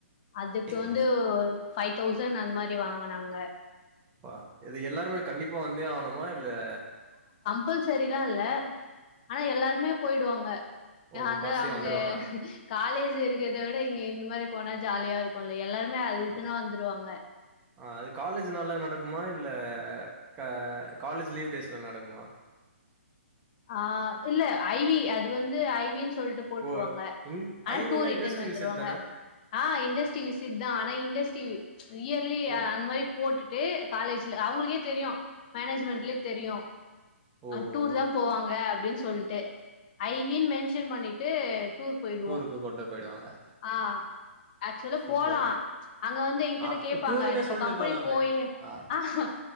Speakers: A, on the left (about 40°); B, on the right (about 20°).
A: அதுக்கு
B: ஓ
A: வந்து ஒ பைவ் தௌசண்ட் அந்த மாரி வாங்கனாங்க
B: ப்ப இது எல்லாருமே கண்டிப்பா வந்தே ஆகணுமா இல் ல
A: பள் சரிலா இல்ல ஆனா எல்லாருமே போயிடுவாங்க
B: ஓ முக்காவாசி
A: அதா அவுங்க
B: வந்துருவாங்க
A: காலேஜி இருக்கிறத விட இங்க இந்த மாரி போனா ஜாலியா இருக்கும்ல்ல எல்லாருமே அதுக்குனா
B: ஆ
A: வந்துருவாங்க
B: ஆ அது காலேஜி நாள்ல நடக்குமா இல்ல கா காலேஜி லீவ் டேஸ்ல நடக்குமா
A: ஆ இல்ல ஐவி அது வந்து ஐவின் சொல்ட்டு போட்டுருவாங்க
B: ஓ இன்
A: ஆனா
B: ஐ
A: டூர்
B: மீனா
A: இட்டுன்
B: இண்டஸ்ட்ரி
A: வந்துருவாங்க
B: விசிட் தான
A: ஆ இண்டஸ்ட்ரி விசிட் தா ஆனா இண்டஸ்ட்ரி இயர்லி
B: ஓ
A: அந்த மாரி போட்டுட்டு காலேஜி ல அவுங்களுக்கே தெரியும் மேனேஜ்மெண்ட்லே தெரியும்
B: ஓஹோ
A: ஆ டூர் தான் போவாங்க அப்டின் சொல்ட்டு ஐவின் மென்ஷன் பண்ணிட்டு டூர் போயிடுவோம்
B: டூருக்கு கூட்டு போயிடுவாங்க
A: ஆ ஆக்சுவலா
B: சூப்பர்
A: போலா அங்க வந்து எங்கிட்ட
B: ஆ
A: கேப்பாங்க
B: டூருன்னே
A: நம்ப
B: சொல்ட்டு
A: கம்பெனி
B: போலாமே
A: போயி
B: ஆ
A: ஆஹ